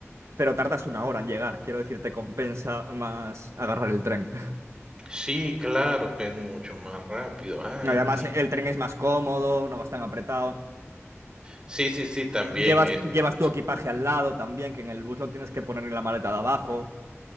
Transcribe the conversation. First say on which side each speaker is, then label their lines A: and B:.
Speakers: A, on the right; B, on the right.
A: Pero tardas una hora en llegar. Quiero decir, te compensa más agarrar el tren. <laughs>
B: Sí, claro que es mucho más rápido. Ah,
A: Además,
B: entiendo.
A: el tren es más cómodo, no vas tan apretado.
B: Sí, sí, sí, también
A: Llevas,
B: eso
A: llevas
B: es mucho
A: tu equipaje al lado también, que en el bus lo tienes que poner en la maleta de abajo.